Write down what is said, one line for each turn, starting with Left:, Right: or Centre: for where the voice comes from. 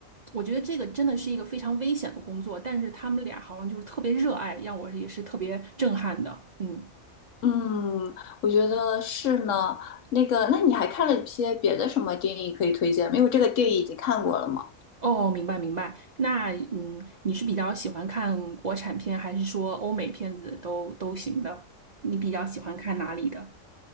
Right: 我觉得这个真的是一个非常危险的工作，但是他们俩好像就是特别热爱，让我也是特别震撼的。嗯。
Left: 嗯，我觉得是呢。那个，那你还看了一些别的什么电影可以推荐吗？因为这个电影已经看过了嘛，
Right: 哦，明白明白。那嗯，你是比较喜欢看国产片，还是说欧美片子都都行的？你比较喜欢看哪里的？